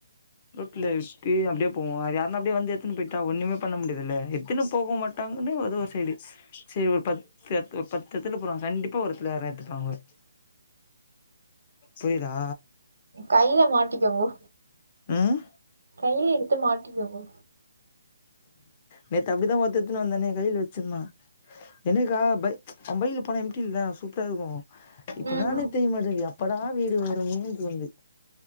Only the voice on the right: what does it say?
கைய்ல மாட்டிக்யங்கோ
கையில எடுத்து மாட்டிக்யங்கோ
ம்